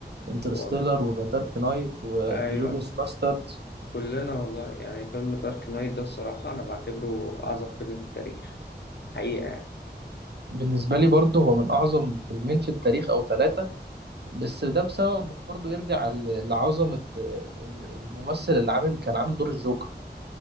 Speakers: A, on the right; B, on the left.
A: انترستيلر
B: هو ال-
A: وذا دارك نايت وانجلوريوس
B: ايوه
A: باستردز
B: كلنا والله يعني فيلم دارك نايت ده الصراحه انا بعتبره اعظم فيلم في التاريخ حقيقه يعني.
A: بالنسبة لي برضه هو من اعظم فيلمين في التاريخ او ثلاثة بس ده بسبب برضه يرجع ل- لعظمة ال- الممثل اللي عامل كان عامل دور الجوكر